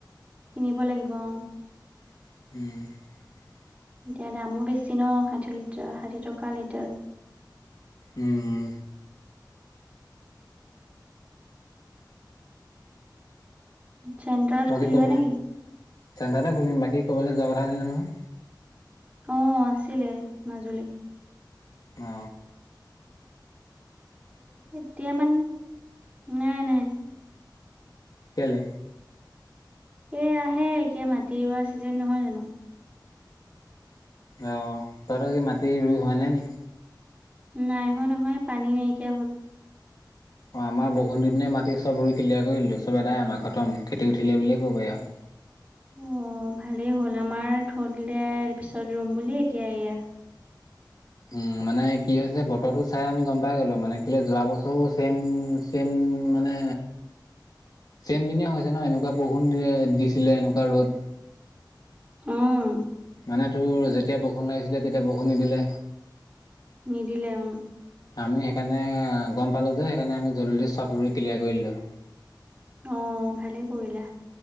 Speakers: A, on the right (about 20°); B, on the left (about 60°).
A: কিনিব লাগিব অ
B: হম
A: এতিয়া দামো বেছি ন ষাঠি লিটাৰ ষাঠি টকা লিটাৰ
B: উম
A: চেণ্টাৰত
B: বাকী
A: খুলিবানে
B: ক'ব
A: কি
B: চেণ্টাৰতে খুলিম বাকী কৰবালৈ যোৱা কথা আছিলে নহয়
A: অ আছিলে মাজুলী
B: অ
A: এতিয়া মানে নাই নাই
B: কেলে
A: এ আহে এতিয়া মাটি ৰোৱা চিজন নহয় জানো
B: অ তাহতৰ কি মাটি ৰুই হোৱা নাই নি
A: নাই হোৱা নহয় পানী নাইকিয়া হ'ল
B: অঁ আমাৰ বষুণ দুদিনে মাটি চব ৰুই ক্লিয়াৰ কৰিলোঁ চব আদাই আমাৰ খতম খেতি উঠিলে বুলিয়ে ক'ব আৰু
A: উ অ ভালেই হ'ল আমাৰ থ দিলে পিছত ৰুম বুলি এতিয়া এয়া
B: উম মানে কি হৈছে বতৰতো চাই আমি গম পাই গলো মানে কিলে যোৱা বছৰো চেম চেম উম মানে ম দিনে হৈছে ন এনেকুৱা বৰষুণ দিছিলে এনেকুৱা ৰ'দ
A: উম
B: মানে তোৰ যেতিয়া বৰষুণ লাগিছিলে তেতিয়া বৰষুণ নিদিলে
A: নিদিলে উম।
B: আমি সেইকাৰণে গম পালো যে সেইকাৰণে আমি জলদি চব ৰুই ক্লিয়াৰ কৰি দিলো
A: অ ভালেই কৰিলা